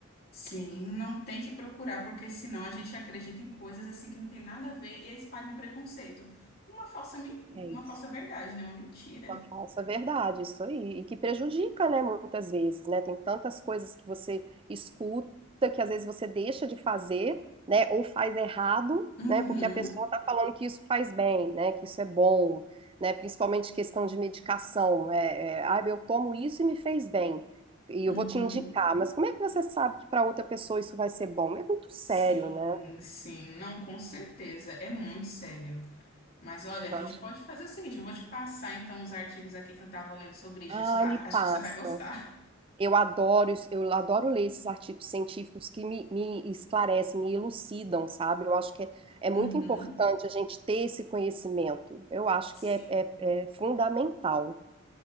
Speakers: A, on the left; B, on the right.
A: Sim, não tem que procurar, porque senão a gente acredita em coisas assim que não tem nada a ver e aí espalha um preconceito. Uma falsa, men- uma
B: É isso.
A: falsa verdade, né? Uma mentira.
B: Uma falsa verdade, isso aí. E que prejudica, né, muitas vezes, né? Tem tantas coisas que você escuta que às vezes você deixa de fazer, né, ou faz errado,
A: Uhum,
B: né, porque a pessoa tá falando que isso faz bem, né, que isso é bom, né, principalmente questão de medicação. É, é, ah, eu tomo isso e me fez bem, e
A: uhum.
B: eu vou te indicar, mas como é que você sabe que para outra pessoa isso vai ser bom? É muito sério,
A: Sim,
B: né?
A: sim, não, com certeza, é muito sério. Mas olha, a
B: Eu
A: gente
B: acho.
A: pode fazer o seguinte, eu vou te passar então os artigos aqui que eu tava lendo sobre isso,
B: Ah,
A: A-
B: me
A: acho
B: passa.
A: que você vai gostar.
B: Eu adoro, isso- eu adoro ler esses artigos científicos que me, me esclarecem, me elucidam, sabe? Eu acho que é, é muito
A: Uhum.
B: importante a gente ter esse conhecimento. Eu acho
A: Sim.
B: que é, é- é fundamental.